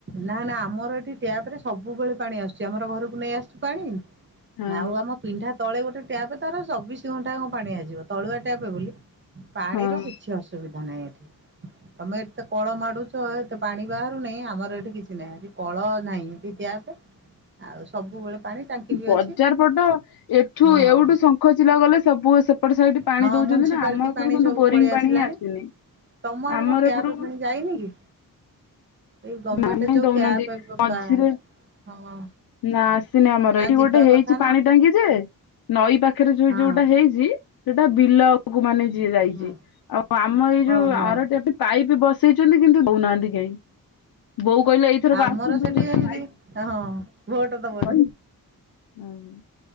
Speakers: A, on the right; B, on the left.
A: ନା ନା ଆମର ଏଠି ଟ୍ୟାପ ରେ ସବୁବେଳେ ପାଣି ଆସୁଚି। ଆମର ଘରକୁ ନେଇ ଆସୁଚୁ ପାଣି।
B: ହଁ।
A: ଆଉ ଆମ ପିଣ୍ଢା ତଳେ ଗୋଟେ ଟ୍ୟାପ ତାର ଚବିଶ ଘଣ୍ଟା କଣ ପାଣି ଆସିବ। ତଳୁଆ ଟ୍ୟାପ ବୋଲି ପାଣିର
B: ହଁ
A: କିଛି ଅସୁବି ଧାନାଇଁ ଏଠି। ତମେ ଏତେ କଳ ମାଡୁଚ ଏତେ ପାଣି ବାହାରୁନେଇଁ ଆମର ତ ଏଠି କିଛି ନାଇଁ ହେଠି କଳ ନାହିଁ ହେଠି ଟ୍ୟାପେ। ଆଉ ସବୁବେଳେ ପାଣି ଟାଙ୍କି ବି
B: ବଜାର
A: ଅଛି
B: ପଟ ଏଠୁ
A: ହଁ।
B: ଏଉଠୁ ଶଙ୍ଖଚିଲା ଗଲେ ସବୁ ସେପଟ ସାଇଟ ପାଣି
A: ହଁ
B: ଦୋ ଉଚନ୍ତି
A: ମ୍ୟୁନିସିପାଲିଟି
B: ନାଁ। ଆମ ଏପଟୁ
A: ପାଣି
B: କିନ୍ତୁ
A: ସବୁ
B: ବୋରିଙ୍ଗ
A: ପଳେଇ ଆସିଲାଣି
B: ପାଣି ହିଁ ଆସିନି।
A: ତମ ଆଡେ
B: ଆମର
A: କଣ ଟ୍ୟାପ
B: ଏପଟୁ
A: ପାଣି ଯାଇନି କି? ଏଇ ଗଭର୍ଣ୍ଣମେଣ୍ଟ
B: ନା କାଇଁ
A: ଯୋଉ
B: ଦୋଉନାଆନ୍ତି।
A: ଟ୍ୟାପ
B: ମଝିରେ
A: ପା- ହଁ
B: ନା ଆସିନି ଆମର।
A: ନା
B: ଏଇଠି
A: ଯିବା
B: ଗୋଟେ ହେଇଚି
A: କଥା ନା
B: ପାଣି ଟାଙ୍କି ଯେ ନଈ ପାଖରେ ଝୋଇ
A: ହଁ
B: ଯୋଉଟା ହେଇଚି ସେଟା ବିଲକୁ ମାନେ ଯିଏ ଯାଇଚି।
A: ହଁ
B: ଆଉ ଆମ ଏଇ ଯୋଉ
A: ଓହୋ।
B: ଆର ଟ୍ୟାପ ପାଇପ ବସ ସେଇଚନ୍ତି କିନ୍ତୁ ଦୋଉନାହାନ୍ତି କେହିଁ। ବୋଉ କଇଲେ ଏଇଥରକ
A: ଆମର
B: ଆସନ୍ତୁ
A: ସେଠି ଯେମିତି
B: ଭାଇ
A: ହଁ
B: <unintelligible>
A: ଭୋଟ ଦବନି।
B: କହିବି। ଆଉ